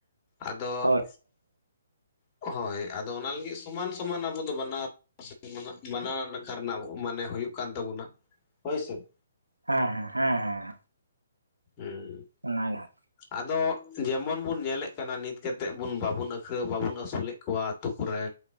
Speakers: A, on the left; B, on the right.
A: ᱟᱫᱚ
B: ᱦᱳᱭ
A: ᱦᱚᱭ ᱟᱫᱚ ᱚᱱᱟ ᱞᱟᱹᱜᱤᱫ ᱥᱚᱢᱟᱱ ᱥᱚᱢᱟᱱ ᱟᱵᱚ ᱫᱚ ᱵᱟᱱᱟᱨ ᱢᱟᱱᱟ ᱱᱟᱠᱷᱟ ᱨᱮᱱᱟᱜ ᱢᱟᱱᱮ ᱦᱩᱭᱩᱜ ᱠᱟᱱ ᱛᱟᱵᱚᱱᱟ ᱦᱚᱭ ᱥᱮ ᱾
B: ᱦᱮᱸ ᱦᱮᱸ ᱦᱮᱸ ᱦᱮᱸ ᱾
A: ᱦᱮᱸ
B: ᱚᱱᱟ <unintelligible>
A: ᱟᱫᱚ ᱡᱮᱢᱚᱱ ᱵᱩᱱ ᱧᱮᱞᱮᱫ ᱠᱟᱱᱟ ᱱᱤᱛ ᱠᱮᱛᱮᱜ ᱵᱩᱱ ᱵᱟᱵᱚᱱ ᱟᱹᱠᱷ ᱵᱟᱵᱚᱱ ᱟᱹᱥᱩᱞᱮᱫ ᱠᱚᱣᱟ ᱟᱛᱩ ᱠᱚᱨᱮᱼᱼ